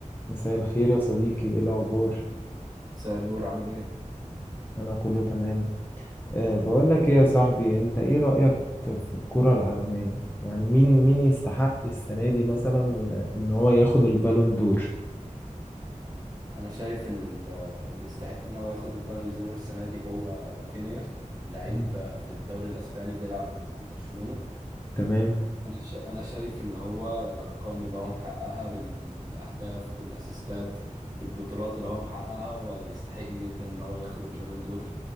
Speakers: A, on the left; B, on the right.
A: مساء الخير يا صديقي ايه الاخبار
B: مساء النور عامل ايه؟
A: انا كله تمام أه بقول
B: انا الحمد
A: لك ايه
B: لله
A: يا صاحبي انت ايه رايك في الكره العالميه يعني مين مين يستحق السنه دي مثلا ان هو ياخد البالون دور
B: انا شايف ان ال- اللي يستحق ان هو ياخد البالون دور السنه دي هو رافينيا لعيب
A: مم.
B: في الدوري الاسباني بيلعب في فريق برشلونه
A: تمام
B: انا ش- انا شايف ان هو الارقام اللي هو محققها بالاهداف بالاسيستات بالبطولات اللي هو محققها هو يستحق جدا ان هو ياخد البالون دور